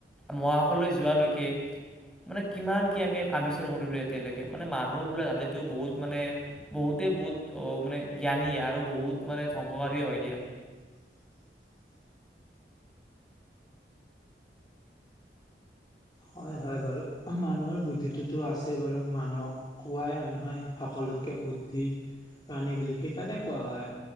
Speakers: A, in the centre; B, on the left.
A: মহাকাশলৈ যোৱালৈকে মানে কিমান কি আমি আৱিষ্কাৰ কৰিলো। এতিয়ালৈকে মানে মানুহ বোলে জাটো বহুত মানে বহুত ত বহুত মানে জ্ঞানী আৰু বহুত মানে ধ্বংসকাৰী হয় দিয়া।
B: <unintelligible> হয় হয় বাৰু মানুহৰ বুদ্ধিটোতো আছে বাৰু মানুহক কোৱাই হয় নহয় সকলোতকে বুদ্ধি প্ৰাণী বুলি সেইকাৰণে কোৱা হয়।